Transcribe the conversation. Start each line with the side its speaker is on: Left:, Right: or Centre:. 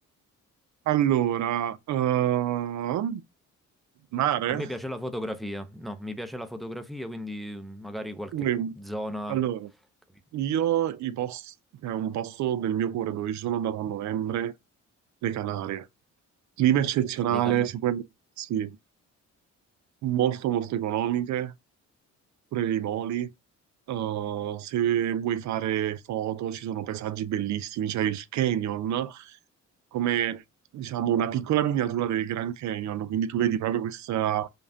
Right: Allora, ehm, mare?
Centre: A me piace la fotografia, no, mi piace la fotografia, quindi mm, magari qualche
Right: Mm.
Centre: zona...
Right: Allora,
Centre: Capito.
Right: io i posti, è un posto del mio cuore dove ci sono andato a novembre, le Canarie. Clima eccezionale,
Centre: Le canne.
Right: si può, sì, molto molto economiche, pure i voli. Uh, se vuoi fare foto, ci sono paesaggi bellissimi, c'è il canyon, come diciamo una piccola miniatura del Grand Canyon, quindi tu vedi proprio questa-